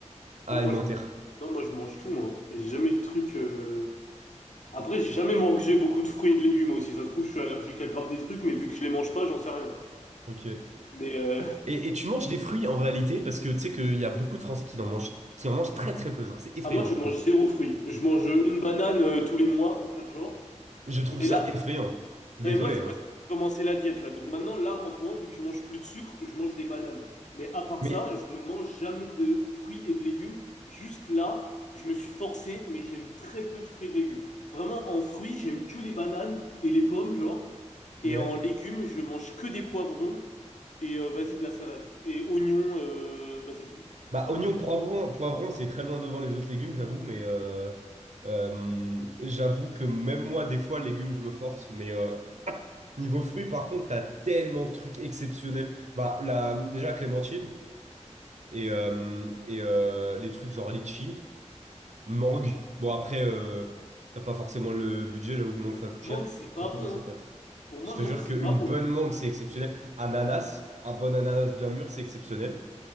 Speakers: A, on the right; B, on the left.
A: Ah,
B: Non,
A: alimentaire.
B: moi, je Non, moi je mange tout, hein. J'ai jamais le truc. euh, Après, j'ai jamais mangé beaucoup de fruits et de légumes aussi. Ça se trouve, je suis allergique à grave des trucs, mais vu que je les mange pas, j'en sais rien.
A: Ok.
B: Mais euh,
A: Et, et tu manges des fruits en réalité parce que tu sais qu'il y a beaucoup de Français qui en mangent, qui en mangent très très peu. Genre,
B: <laughs>
A: c'est effrayant,
B: ah, moi, je
A: je
B: mange
A: trouve.
B: zéro fruit. Je mange une banane euh, tous les mois pour faire genre.
A: Je trouve
B: Mais
A: ça
B: là,
A: effrayant. Désolé,
B: Non, mais moi, c'est
A: hein.
B: parce que j'ai commencé la diète, là. Donc maintenant, là, en ce moment, vu que je mange plus de sucre, je mange des bananes. Mais à part
A: Mais,
B: ça, je ne mange jamais de fruits et de légumes. Juste là, je me suis forcé, mais j'aime très peu de fruits et de légumes. Vraiment, en fruits, j'aime que les bananes et les pommes, genre. Et
A: ouais.
B: en légumes, je mange que des poivrons et euh, vas-y, de la salade. Et oignons, euh, bah, c'est tout.
A: Bah, oignon, poivron, poivron, c'est très loin devant les autres légumes, j'avoue, mais euh, euh, j'avoue que même moi, des fois, légumes, je me force. Mais euh, niveau fruits, par contre, t'as tellement de trucs exceptionnels. Bah, la, déjà, clémentine et, euh, et euh, les trucs genre litchi. Mangue. Bon, après, euh, t'as pas forcément le budget, j'avoue que mangue, ça coûte
B: Mangue,
A: cher.
B: c'est pas
A: Surtout
B: bon,
A: quand c'est
B: hein.
A: pâte.
B: Pour moi,
A: Je te
B: mangue,
A: jure
B: c'est
A: qu'une
B: pas bon.
A: bonne mangue, c'est exceptionnel. Ananas, un bon ananas bien mûr, c'est exceptionnel.